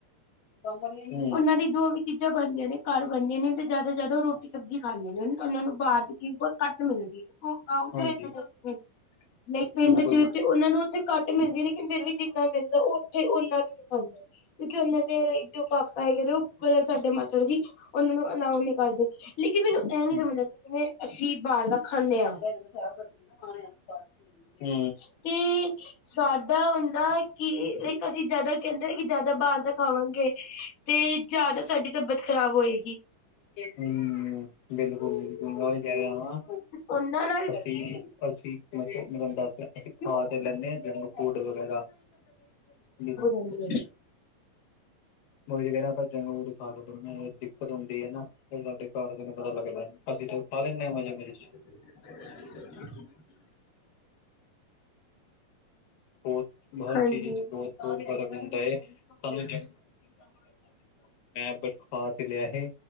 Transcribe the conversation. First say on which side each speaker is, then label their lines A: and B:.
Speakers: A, on the left; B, on the left.
A: ਕੰਮ ਵਾਲਿਆਂ ਹੀ
B: ਓਨਾਂ ਦੀ ਜੋ ਵੀ ਚੀਜ਼ਾਂ ਬਣਦੀਆਂ ਨੇ ਘਰ ਬਣਦੀਆਂ ਨੇ ਤੇ ਜਾਦਾ ਜਾਦਾ ਓ ਰੋਟੀ ਸਬਜ਼ੀ ਖਾਂਦੇ ਨੇ। ਓਨਾਂ ਨੂੰ ਬਾਰ ਦੀ ਚੀਜ਼ ਬੋਤ ਘੱਟ ਮਿਲਦੀ, ਓ ਗਾਉ 'ਚ
A: ਹਾਂਜੀ।
B: ਰੈਂਦੇ ਨੇ <unintelligible> ਲਾਇਕ ਪਿੰਡ
A: ਬਿਲਕੁਲ
B: 'ਚ
A: ਹੂੰ। ਹੂੰ।
B: ਤੇ ਓਨਾਂ ਨੂੰ ਓਥੇ ਘੱਟ ਮਿਲਦੀ ਲੇਕਿਨ ਫੇਰ ਵੀ ਜਿੰਨਾ ਮਿਲਦਾ ਓ ਓਥੇ ਓਨਾ ਵੀ ਨੀ ਖਾਂਦੇ ਕਿਉਂਕਿ ਓਨਾਂ ਦੇ ਜੋ ਪਾਪਾ ਹੈਗੇ ਨੇ ਓ ਮਤਬਲ ਸਾਡੇ ਮਾਸੜ ਜੀ ਓਨਾਂ ਨੂੰ ਅਲਾਓ ਨੀ ਕਰਦੇ। ਲੇਕਿਨ ਮੈਨੂੰ ਐ ਨੀ
A: ਹੂੰ
B: ਸਮਝ ਆਂਦੀ ਜਿਵੇਂ ਅਸੀਂ ਬਾਰ ਦਾ ਖਾਂਦੇ ਆਂ
A: <unintelligible>
B: <inaudible>
A: ਹੂੰ।
B: ਕਿ ਸਾਡਾ ਹੁੰਦਾ ਕਿ ਲਾਇਕ ਅਸੀਂ ਜਾਦਾ ਕੈਂਦੇ ਆ ਕਿ ਜਾਦਾ ਬਾਰ ਦਾ ਖਾਵਾਂਗੇ ਤੇ ਜਾਦਾ ਸਾਡੀ ਤਬੀਅਤ ਖ਼ਰਾਬ ਹੋਏਗੀ।
A: ਹੂੰ, ਬਿਲਕੁਲ-ਬਿਲਕੁਲ, ਮੈਂ ਓਈ ਕੈ ਰਯਾ ਵਾਂ।
B: ਓਨਾਂ ਨਾਲ ਕੀ
A: ਅਸੀਂ,
B: ਹੈ
A: ਅਸੀ ਮਤਲਬ ਮੈਂ ਤੁਆਨੁ ਦੱਸ ਰਯਾਂ ਅਸੀ ਖਾਂ
B: ਕਿ ਉਹ
A: ਤੇ ਲੈਨੇ ਆਂ ਜੰਕ ਫੂਡ ਵਗੈਰਾ ਲੇਕਿਨ
B: ਹਾਂਜੀ ਮੈਮ।
A: ਮੈਂ ਓਈ ਤੇ ਕੈ ਰਯਾ ਆਪਾਂ ਜੰਕ ਫੂਡ ਵਗੈਰਾ ਖਾਂ ਤਾਂ ਲੈਨੇ ਆ ਦਿੱਕਤ ਹੁੰਦੀ ਐ ਨਾ, ਫੇਰ ਸਾਡੇ ਘਰਦੇਆਂ ਨੂੰ ਪਤਾ ਲੱਗਦੈ। ਅਸੀਂ ਤੇ ਓ ਖਾ ਲੈਨੇ ਆ ਮਜ਼ੇ-ਮਜ਼ੇ 'ਚ।
B: <inaudible>
A: ਬੋਤ ਹਰ
B: ਹਾਂਜੀ।
A: ਚੀਜ਼ 'ਚ ਬੋਤ-ਬੋਤ ਜਾਦਾ ਗੰਦ ਐ, <unintelligible> ਮੈਂ ਬਟ ਖਾ ਤੇ ਲੇਆ ਹੀ